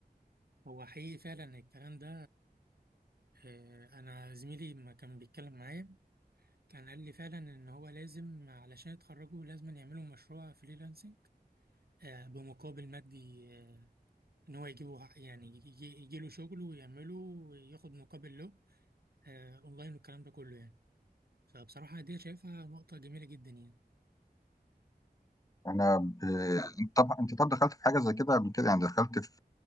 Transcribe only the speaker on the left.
انا ب... انت طب انت طب دخلت في حاجه زي كده قبل كده يعني دخلت في